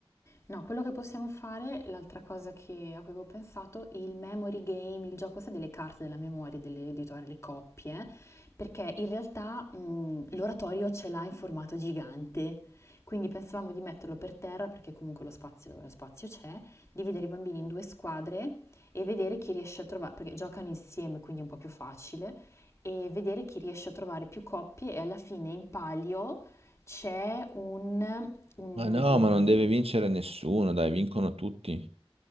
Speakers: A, on the left (about 30°); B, on the right (about 80°).
A: No, quello che possiamo fare, l'altra cosa che, a cui avevo pensato, il memory game, il gioco sa delle carte della memoria dell'editore, le coppie, perché in realtà mh, l'oratorio ce l'ha in formato gigante, quindi pensavamo di metterlo per terra perché comunque lo spazio, lo spazio c'è, dividere i bambini in due squadre e vedere chi riesce a trovare, perché giocano insieme, quindi è un po' più facile, e vedere chi riesce a trovare più coppie e alla fine in palio c'è un, un
B: Ma
A: mi-
B: no,
A: un-
B: ma non deve vincere nessuno, dai, vincono tutti.